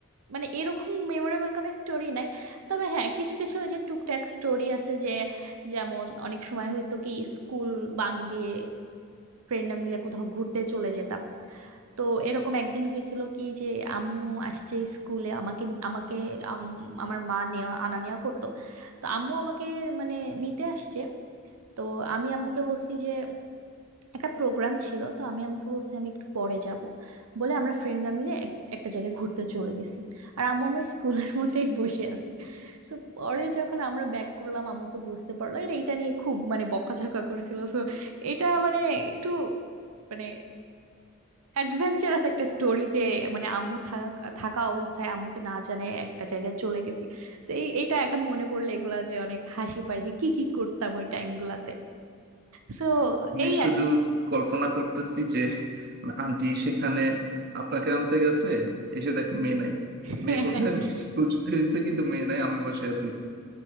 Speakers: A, on the right; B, on the right.
A: মানে এরকম মেমোরেবল কোনো স্টোরি নাই তবে হ্যাঁ কিছু কিছু ওই যে টুকটাক স্টোরি আছে যে যেমন অনেক সময় হয়তো কি স্কুল বাঙ্ক দিয়ে ফ্রেন্ডরা মিলে কোথাও ঘুরতে চলে যেতাম তো এরকম একদিন হয়েছিল কি যে আম্মু আসছে স্কুলে আমাকে আমাকে আম- আমার মা নেওয়া আনা নেওয়া করতো তো আম্মু আমাকে মানে নিতে আসছে তো আমি আম্মুকে বলছি যে একটা প্রোগ্রাম ছিল তো আমি আম্মুকে বলছি আমি একটু পরে যাব বলে আমরা ফ্রেন্ডরা মিলে এক- একটা জায়গায় ঘুরতে চলে গেছি আর আম্মু আমার স্কুলের মধ্যেই বসে আছে সো পরে যখন আমরা ব্যাক করলাম আম্মু তো বুঝতে পারলো এটা এটা নিয়ে খুব মানে বকাঝকা করছিল সো এটা মানে একটু মানে অ্যাডভেঞ্চারাস একটা স্টোরি যে মানে আম্মু থাকা থাকা অবস্থায় আম্মুকে না জানায় একটা জায়গায় চলে গেছি সো এই এটা এখন মনে পড়লে এগুলা যে অনেক হাসি পায় যে কি কি করতাম ওই টাইমগুলাতে সো
B: আমি
A: এই
B: শুধু
A: আর কি
B: কল্পনা করতেছি যে মানে আন্টি সেখানে আপনাকে আনতে গেছে এসে দেখে মেয়ে নাই
A: <laughs>
B: মেয়ে কোথায় স্কুল ছুটি হয়েছে কিন্তু মেয়ে নাই আমি বসে আছি